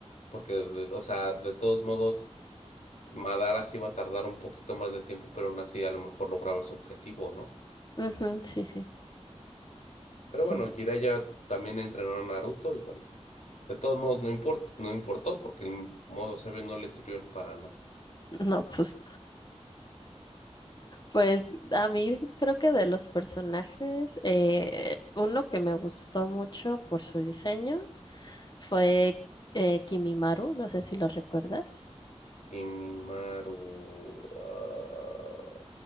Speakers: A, on the left; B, on the left.
A: porque, de- o sea, de todos modos, Madara sí iba a tardar un poquito más de tiempo, pero aún así a lo mejor lograba su objetivo, ¿no?
B: Ujú, sí, sí.
A: Pero bueno,
B: En-
A: Jiraiya también entrenó a Naruto y bueno, de todos modos no importa, no importó porque el modo sabio no le sirvió para nada.
B: No, pues Pues a mí creo que de los personajes, eh, uno que me gustó mucho por su diseño fue eh, Kimimaru, no sé si lo recuerdas.
A: Y Mimaru ah,